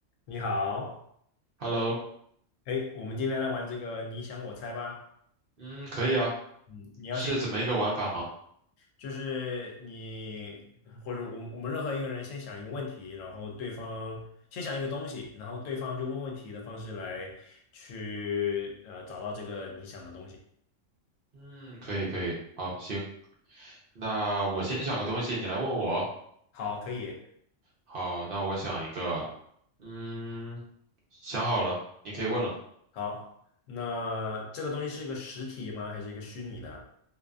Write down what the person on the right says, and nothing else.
Hello，
嗯，可以啊，
是怎么一个玩法吗？
嗯，可以，可以，好，行，那我先想个东西，你来问我。
好，那我想一个，嗯，想好了，你可以问了。